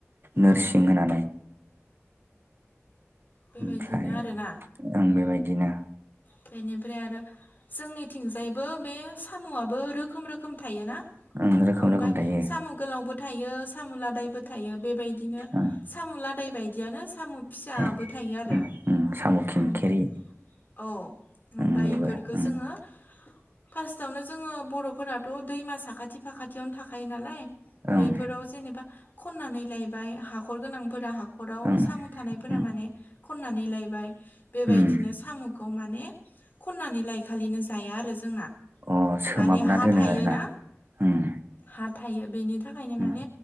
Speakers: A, on the right (about 50°); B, on the left (about 45°).
A: नोरसिं
B: औ
A: होनानै
B: बेबायदिनो
A: ओमफ्राय
B: आरोना
A: ओं बेबायदिनो
B: बेनिफ्राय आरो जोंनिथिंजायबो बे साम'आबो रो रोखोम रोखोम थायो ना?
A: ओं रोखोम
B: ओमफफ्राय
A: रोखोम थायो
B: साम' गोलावबो थायो साम'लादायबो थायो बेबायदिनो
A: ओं
B: साम'लादाय बेबायदियानो साम' फिसाबो
A: ओं
B: थायो आरो
A: ओं ओं साम' खिंखेरि
B: ओमफाय औव ओमफ्राय
A: ओं बेबो
B: बेफोरखौ
A: ओं
B: जोङो फार्स्टआवनो जोङो बर'फोराथ' दैमा साखाथि फाखाथियावनो थाखायो नालाय
A: ओं
B: बैफोराव जेनेबा खननानै लायबाय हाखर गोनांफोरा हाखर न'खराव
A: ओं
B: साम' थानायफोरा
A: ओं
B: माने खननानै लायबाय बेबायदिनो
A: उम
B: मुगाव माने खननानै लायखालिनो जाया आरो जोंना।
A: अ सोमाबना
B: माने हा
A: दोनो
B: थायोना
A: आरोना उम
B: हा थायो बेनि थाखायनो
A: उम
B: माने
A: उम